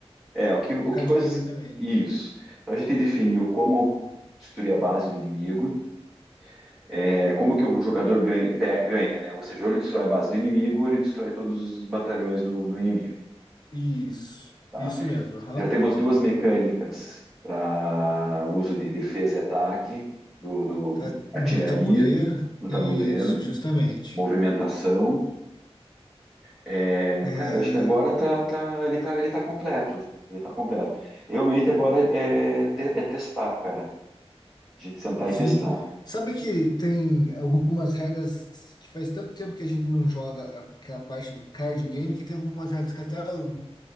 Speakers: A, in the centre; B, on the left (about 40°).
A: É, o que, o
B: do card
A: que coisas.
B: game também, né?
A: Isso. Então, a gente definiu como destruir a base do inimigo, é, como que o jogador ganha, pe- ganha, né? Ou seja, ou ele destrói a base do inimigo, ou ele destrói todos os batalhões do, do inimigo.
B: Isso,
A: tá?
B: isso mesmo, aham.
A: Já temos duas mecânicas para uso de defesa e ataque do, do
B: Tá
A: artilharia
B: No tabuleiro,
A: no
B: isso,
A: tabuleiro,
B: justamente.
A: movimentação. É,
B: É,
A: cara, acho que agora tá, tá, ele tá, ele tá completo. Ele tá completo. Realmente agora é, te- é testar, cara. A gente sentar
B: Sim,
A: e testar.
B: sabe que tem algumas regras que faz tanto tempo que a gente não joga aquela parte do card game que tem algumas regras que até eu